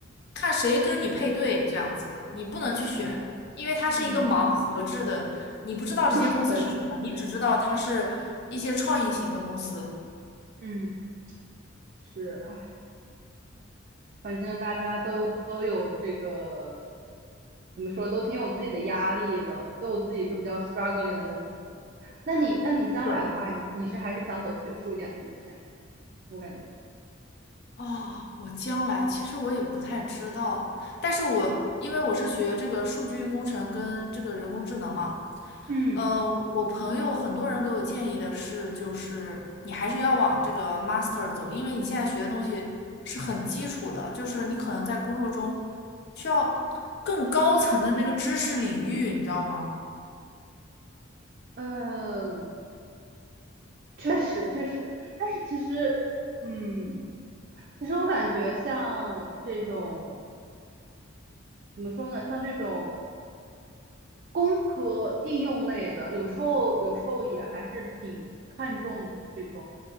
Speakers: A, on the left; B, on the right.
A: 看谁跟你配对这样子的，你不能去选，
B: 嗯
A: 因为它是一个盲盒制的，
B: 嗯，
A: 你不知道这些公司是什么，
B: <laughs> 可是对，
A: 你只知道它是一些创意型的公司。
B: 嗯是，哎，反正大家都都有这个怎么说，都挺有自己的压力的，都有自己就比较 struggling 的东西。那你那你将来的话，
A: 是的。
B: 你是还是想走学术一点的路线，我感觉，
A: 哦，我将来其实我也不太知道，但是我因为我是学这个数据工程跟这个人工智能嘛。
B: 嗯。
A: 呃，我朋友很多人给我建议的是，就是你还是要往这个 master 走，因为你现在学的东西是很基础的，就是你可能在工作中需要更高层的那个知识领域，你知道吗？
B: 嗯，确实确实，但是其实，嗯，其实我感觉像这种怎么说呢，像这种工科应用类的，有时候有时候也还是挺看重你这种